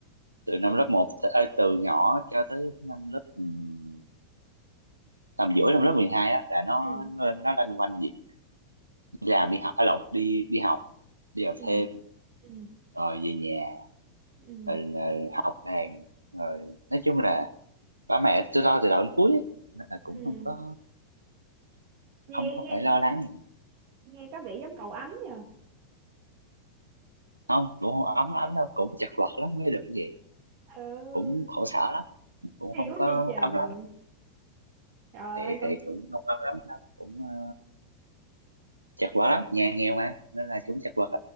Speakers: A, on the right; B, on the right.
A: từ năm lớp một ơi, từ nhỏ cho tới năm lớp ừm, tầm giữa năm lớp 12 á là nó
B: Ừ.
A: nó, nó loanh quanh việc đi làm đi học ở lộn đi đi học đi học
B: ừ
A: thêm
B: ừ
A: rồi về nhà
B: ừ
A: rồi, rồi học đàn rồi nói chung là ba mẹ tôi lo từ đầu đến cuối á. nên là cũng
B: ừ
A: không có
B: nghe
A: không có
B: nghe
A: phải lo lắng gì
B: nghe có vẻ giống cậu ấm nhờ
A: không cũng không ấm lắm đâu cũng chật vật lắm mới được cái gì
B: ừ
A: cũng khổ sở lắm cũng
B: hiểu
A: không có
B: chứ trời trời
A: ấm lắm
B: ơi
A: thì
B: con
A: thì cũng không ấm lắm đâu cũng ờ, chật vật lắm nhà nghèo mà nên là cũng chật vật